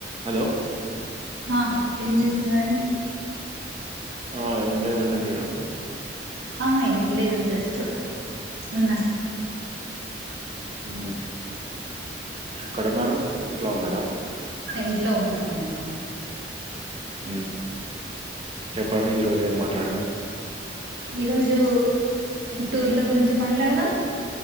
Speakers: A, on the right; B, on the right.
A: Hello
B: ఆ ఏం చేస్తున్నారండి
A: ఆ ఏం లేదండి మీరు
B: ఆ ఏం లేదు జస్ట్ ఉన్నా
A: ఉ ఎక్కడ ఉన్నారు ఇంట్లో ఉన్నారా
B: ఇంట్లో ఉన్నాం నేను
A: ఉ చెప్పండి ఈరోజు ఏ మాట్లాడదాం
B: ఈరోజు టూర్ల గురించి మాట్లాడదాం